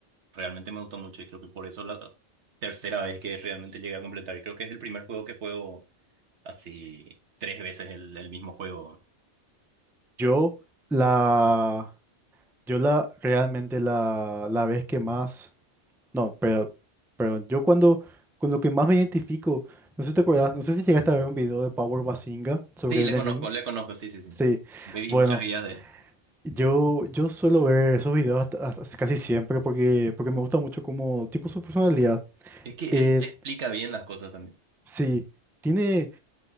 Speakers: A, on the right (about 65°); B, in the centre.
A: realmente me gustó mucho y creo que por eso la tercera vez que realmente llegué a completar. Y creo que es el primer juego que juego así tres veces el, el mismo juego.
B: Yo la, yo la, realmente la, la vez que más, no, pero, perdón, yo cuando, con lo que más me identifico, no sé si te acuerdas, no sé si llegaste a ver un video de Power Basinga sobre
A: Sí, le
B: Elden
A: conozco,
B: Ring.
A: le conozco, sí, sí, sí.
B: Sí,
A: Baby,
B: bueno,
A: muchas guías de él.
B: yo, yo suelo ver esos videos hasta- hasta- casi siempre porque, porque me gusta mucho como tipo su personalidad.
A: Es que
B: Eh,
A: él explica bien las cosas también.
B: Sí, tiene,